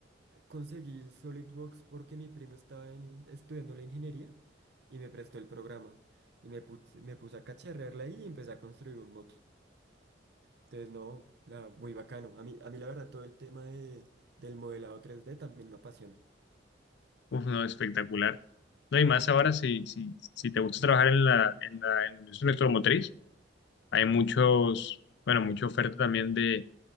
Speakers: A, on the right; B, on the left.
A: conseguí el SolidWorks porque mi primo estaba en- estudiando la ingeniería y me prestó el programa. Y me puse, me puse a cacharrearla ahí y empecé a construir un moto. Entonces no, la, muy bacano. A mí, a mí la verdad todo el tema de, del modelado tres d también me apasiona.
B: Uf, no, espectacular. No, y más ahora, si, si, si te gusta trabajar en la, en la, en la industria electromotriz, hay muchos, bueno, mucha oferta también de,